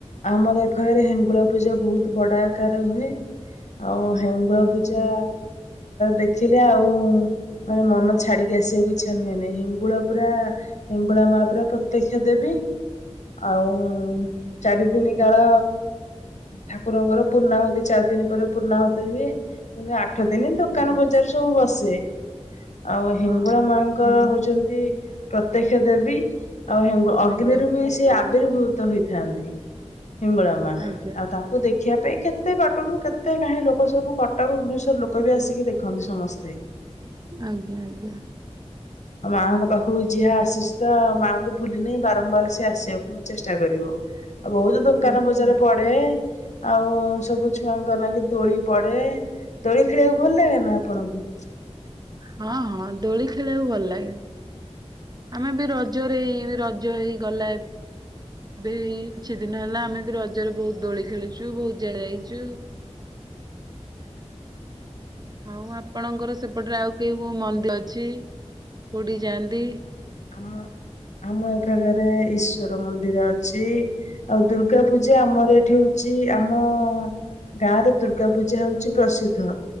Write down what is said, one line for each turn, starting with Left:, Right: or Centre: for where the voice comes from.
Left: ଆମର ଏ ପାଖରେ ହେଙ୍ଗୁଳା ପୂଜା ବହୁତ ବଡ ଆ - ପ୍ରକାର ହୁଏ ଆଉ ହେଙ୍ଗୁଳା
Right: ହୁଁ ହୁଁ
Left: ପୂଜା ଦେଖିଲେ ଆଉ- ମାନେ ମନ ଛାଡିକି ଆସିବାକୁ ଇଚ୍ଛା ହୁଏନି ହେଙ୍ଗୁଳା ପୁରା ହେଙ୍ଗୁଳା ମା ପୁରା ପ୍ରତ୍ୟେକ- ଯେବେବି ଆଉ- ଚାରି ଦିନି କାଳ ଠାକୁରଙ୍କର ପୂର୍ଣ୍ଣାହୁତି ଚାରି ଦିନ ପରେ ପୁର୍ଣାହୁତି ହୁଏ। କିନ୍ତୁ ଆଠ ଦିନି ଦୋକାନ
Right: ହୁଁ ହଁ
Left: ବଜାର ସବୁ ବସେ। ଆଉ ହିଙ୍ଗୁଳା
Right: ହଁ
Left: ମାଙ୍କର ହଉଛନ୍ତି ପ୍ରତ୍ୟକ୍ଷ ଦେବୀ। ଆଉ ହେଙ୍ଗୁ ଅଗ୍ନିରୁ
Right: ଆଜ୍ଞା
Left: ବି ସେ ଆବିର୍ଭୁତ ହେଇଥାନ୍ତି। ହିଙ୍ଗୁଳା ମା ଆଉ
Right: ଆଜ୍ଞା
Left: ତାଙ୍କୁ ଦେଖି - ଦେଖିବା ପାଇଁ କେତେ ବାଟରୁ କେତେ କାହିଁ ଲୋକ ସବୁ କଟକ ଭୁବନେଶ୍ଵର ଲୋକ ବି ଆସିକି ଦେଖନ୍ତି ସମସ୍ତେ।
Right: ଆଜ୍ଞା ଆଜ୍ଞା।
Left: ଆଉ ମାଆଙ୍କ ପାଖକୁ ଯିହା ଆସିଛି ତ ମାଆଙ୍କୁ। ବୁଲି ନେଇ ବାରମ୍ବାର ସେ ଆସିବାକୁ ଚେଷ୍ଟା କରିବ ଆଉ ବହୁତ ଦୋକାନ
Right: ଆଜ୍ଞା।
Left: ବଜାର ପଡ଼େ। ଆଉ ସବୁ ଛୁଆଙ୍କ ଲାଗି ଦୋଳି ପଡ଼େ। ଦୋଳି ଖେଳିବାକୁ ଭଲ ଲାଗେ ନା ଆପଣଙ୍କୁ?
Right: ହଁ ହଁ ଦୋଳି ଖେଳିବାକୁ ଭଲ ଲାଗେ। ଆମେ ବି ରଜରେ ଏଇ ରଜ ହେଇ ଗଲା ଏବେ। ଏବେ ଏହି କିଛି ଦିନ ହେଲା ଆମେ ବି ରଜରେ ବହୁତ ଦୋଳି ଖେଳିଛୁ ବହୁତ ଜାଗା ଯାଇଛୁ। ଆଉ ଆପଣଙ୍କର ସେପଟରେ ଆଉ କେଇ କୋଉ ମନ୍ଦିର ଅଛି କୋଉଠି ଯାଆନ୍ତି।
Left: ଆମ। ଆମ ଏ ଫାଗରେ ଈଶ୍ଵର ମନ୍ଦିର ଅଛି ଆଉ ଦୁର୍ଗା ପୂଜା ଆମର ଏଠି ହଉଛି। ଚି ଆମ ଗାଁ ରେ ଦୁର୍ଗା ପୂଜା ହଉଛି ପ୍ରସିଦ୍ଧ